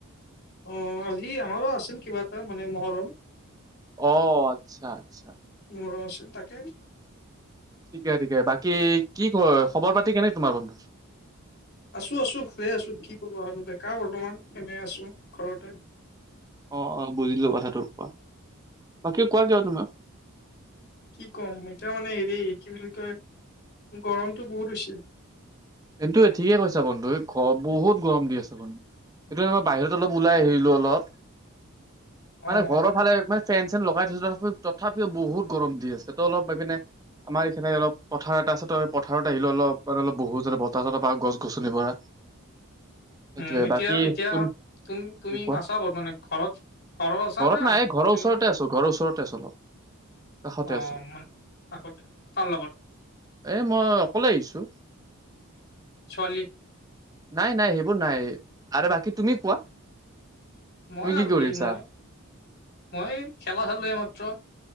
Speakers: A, on the left; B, on the right.
A: অ আজি আমাৰো আছিল কিবা এটা মানে মহৰম।
B: অ আচ্ছা আচ্ছা।
A: মহৰম আছে তাকে।
B: ঠিকে ঠিকে বাকী কি খবৰ খবৰ পাতি কেনেকে তোমাৰ বন্ধু।
A: আছোঁ আছোঁ ভালে আছোঁ কি কৰোঁ আৰু‌ বেকাৰ বৰ্তমান এনে আছোঁ ঘৰতে।
B: অ অ বুজিলোঁ কথাটো কোৱা। বাকী কোৱা কিয় তুমিও।
A: কি কম এতিয়া মানে হেৰী কি বুলি কয়। গৰমটো বহুত হৈছে।
B: কিন্তু ঠিকে কৈছা বন্ধু এই ঘৰত বহুত গৰম দি আছে বন্ধু। সেইটো কাৰনে ত বাহিৰত অলপ ওলাই আহিলোঁ অলপ মানে
A: অ
B: ঘৰৰ ফালে। ফেন চেন লগাই দিছো তথাপি তথাপিও বহুত গৰম দি আছে তো অলপ পাই পিনে আমাৰ এইখে অলপ পথাৰত তাৰপাছত পথাৰত আহিলো অলপ অলপ বহু বতাহ চতৰ পাওঁ গছ গছনি পৰা। সেইটোয়ে
A: উম এতিয়া
B: বাকী
A: এতিয়া
B: তুমি
A: তুমি তুমি
B: কোৱা
A: আছা কত মানে ঘৰত আছা
B: ঘৰত
A: না
B: নাই এই ঘৰৰ
A: এনে
B: ওচৰতে আছো ঘৰৰ ওচৰতে আছো অলপ। কাষতে
A: অ
B: আছো।
A: মনে কাষত কাৰ লগত
B: এ মই অকলে আহিছো।
A: ছোৱালী
B: নাই নাই সেইবোৰ নাই আৰু বাকী তুমি কোৱা
A: মই
B: তুমি
A: আৰু
B: কৰি
A: কি
B: আছা?
A: মই মই খেলা খেলিলো এইমাত্ৰ